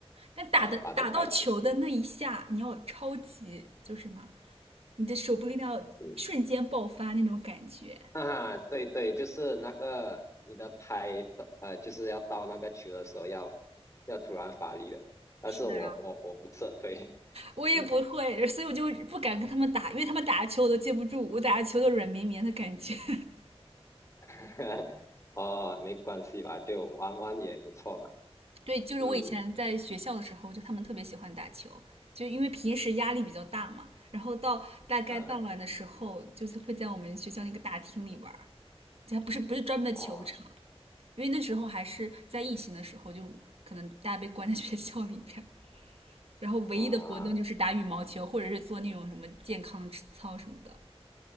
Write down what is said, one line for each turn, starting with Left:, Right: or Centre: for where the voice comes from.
Right: 但打的打到球的那一下，
Left: 呃，打的快球。
Right: 你要超级就是嘛，你的手部力量要瞬间爆发那种感觉。
Left: 嗯 <laughs> 啊，对对，就是那个你的拍的，呃，就是要到那个球的时候要要突然发力了，但是我我我不是很会，
Right: 是的呀，
Left: <laughs>
Right: 我也不会，
Left: 嗯，
Right: 所以我就不敢跟他们打，因为他们打球我都接不住，我打球都软绵绵的感觉。<laughs>
Left: <laughs> 哦，没关系吧，就玩玩也不错嘛，
Right: 对，就是我以前在学校的时候，
Left: 嗯，
Right: 就他们特别喜欢打球，就因为平时压力比较大嘛，然后到大概傍晚的时候，
Left: 啊
Right: 就是会在我们学校那个大厅里玩儿，就还不是不是专门的球场，
Left: 啊
Right: 因为那时候还是在疫情的时候，就可能大家被关在学校里边儿，然后唯一的活动就是打羽毛球，
Left: 啊
Right: 或者是做那种什么健康操什么的。